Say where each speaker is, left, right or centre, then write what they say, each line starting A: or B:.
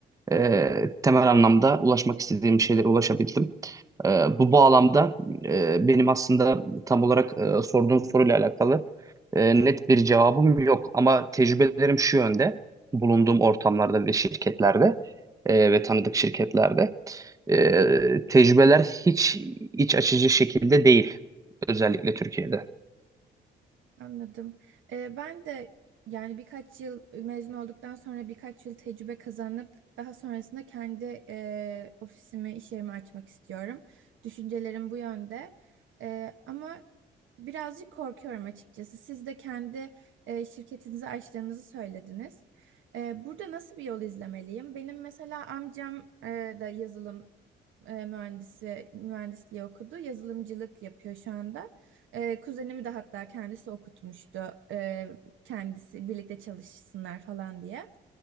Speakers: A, on the right; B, on the right.
A: e, temel anlamda ulaşmak istediğim şeylere ulaşabildim. E, bu bağlamda e, benim aslında tam olarak e, sorduğun soruyla alakalı e, net bir cevabım yok. Ama tecrübelerim şu yönde, bulunduğum ortamlarda ve şirketlerde e, ve tanıdık şirketlerde e, tecrübeler hiç iç açıcı şekilde değil, özellikle Türkiye'de.
B: Anladım. Ee, ben de yani birkaç yıl mezun olduktan sonra birkaç yıl tecrübe kazanıp daha sonrasında kendi e, ofisimi, iş yerimi açmak istiyorum. Düşüncelerim bu yönde. Ee, ama birazcık korkuyorum açıkçası. Siz de kendi e, şirketinizi açtığınızı söylediniz. Ee, burada nasıl bir yol izlemeliyim? Benim mesela amcam e, da yazılım e, mühendisi mühendisliği okudu. Yazılımcılık yapıyor şu anda. E, kuzenimi de hatta kendisi okutmuştu. E, kendisi birlikte çalışsınlar falan diye.